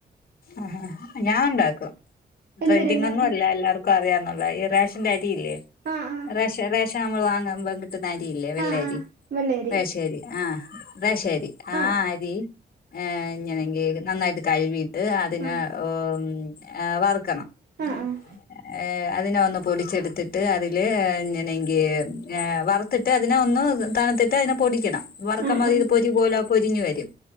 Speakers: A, on the left (about 55°); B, on the right (about 60°).
A: ഉം ഉം ഞാനൊണ്ടാക്കും ട്രെൻഡിങ്ങൊന്നും
B: എന്തര് ഉണ്ടാക്കും
A: അല്ല എല്ലാവർക്കും അറിയാന്നൊള്ളതാ ഈ റേഷൻ്റെ അരിയില്ലേ
B: ആഹ് ആഹ്
A: റേഷ റേഷൻ നമ്മള് വാങ്ങുമ്പോ കി ന്ന അരിയില്ലേ വെള്ളയരി
B: ആഹ് ആഹ് വെള്ളരി
A: റേഷനരി ആഹ് റേഷനരി ആ
B: ആഹ്
A: അരി <unintelligible> നന്നായിട്ട് കഴുവീട്ട് അതിനെ
B: ആഹ്
A: ഉം വറുക്കണം <inaudible>
B: ആഹ് ആഹ്
A: അതിനെ ഒന്ന് പൊടിച്ചെടുത്തിട്ട് അതില് ഇങ്ങനെങ്കി വറു ത്തിട്ട് അതിനെ ഒന്ന് തണുത്തിട്ട് അതിനെ പൊടിക്കണം വറക്കുമ്പം
B: ഉം ഉം
A: ഇത് പൊരി പോലെ പൊരിഞ്ഞു വരും